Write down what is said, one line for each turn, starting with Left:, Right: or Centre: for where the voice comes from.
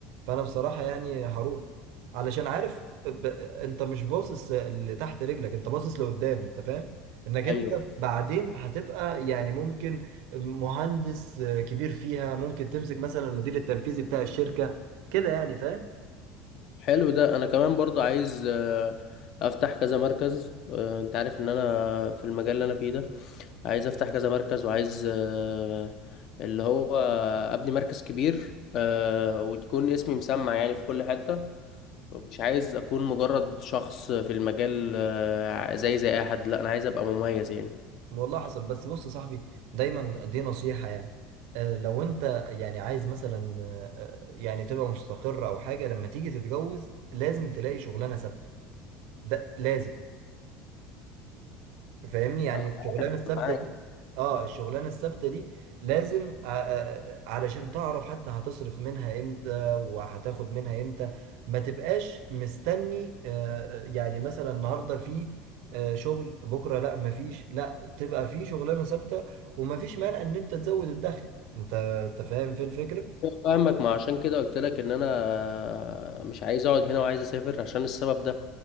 Right: فانا بصراحه يعني هروح علشان عارف ب... انت مش باصص اللي تحت رجلك انت باصص لقدام انت فاهم انك انت
Left: ايوه
Right: بعدين هتبقى يعني ممكن مهندس آه، كبير فيها ممكن تمسك مثلا المدير التنفيذي بتاع الشركه كده يعني فاهم
Left: حلو ده انا كمان برضو عايز آه، افتح كذا مركز آه، انت عارف ان انا في المجال اللي انا فيه ده عايز افتح كذا مركز وعايز آه، اللي هو ابني مركز كبير آه، ويكون اسمي مسمع يعني في كل حتة مش عايز اكون مجرد شخص في المجال آه، زي زي اي حد لا انا عايز ابقى مميز يعني
Right: والله حصل بس بص يا صاحبي دايما دي نصيحة يعني آه، لو انت يعني عايز مثلا آه، آه، يعني تبقى مستقر او حاجة لما تيجي تتجوز لازم تلاقي شغلانة ثابتة ده لازم فاهمني يعني
Left: أنا
Right: الشغلانه الثابته
Left: معاك
Right: دي اه الشغلانه الثابته دي لازم آه، آه، آه، علشان تعرف حتى هتصرف منها امتى وهتاخد منها امتى ما تبقاش مستني آه، آه، يعني مثلا النهارده في آه، شغل بكره لا مفيش لا تبقى في شغلانه ثابته ومفيش مانع ان انت تزود الدخل انت انت فاهم في الفكره
Left: أيوة فاهمك ما عشان كده قلت لك ان انا مش عايز اقعد هنا وعايز اسافر عشان السبب ده